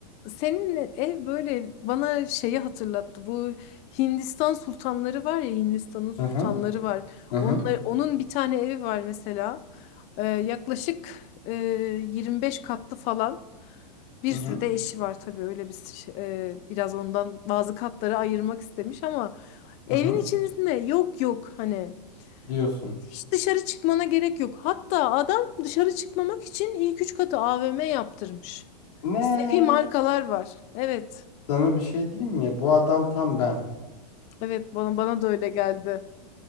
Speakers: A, on the left (about 30°); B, on the left (about 70°).
A: Senin ev böyle bana şeyi hatırlattı. Bu Hindistan sultanları var ya Hindistan'ın sultanları
B: Hı hı,
A: var.
B: hı hı,
A: Onlar, onun bir tane evi var mesela. Ee, yaklaşık e, 25 katlı falan. Bir
B: hı
A: sürü
B: hı,
A: de eşi var tabii öyle bir şey- e, biraz ondan bazı katları ayırmak istemiş ama evin
B: hı hı
A: içerisinde yok yok hani
B: diyorsun.
A: hiç dışarı çıkmana gerek yok. Hatta adam dışarı çıkmamak için ilk üç katı AVM yaptırmış.
B: Ne?
A: İstediği markalar var. Evet.
B: Sana bir şey diyeyim mi? Bu adam tam ben.
A: Evet bana bana da öyle geldi.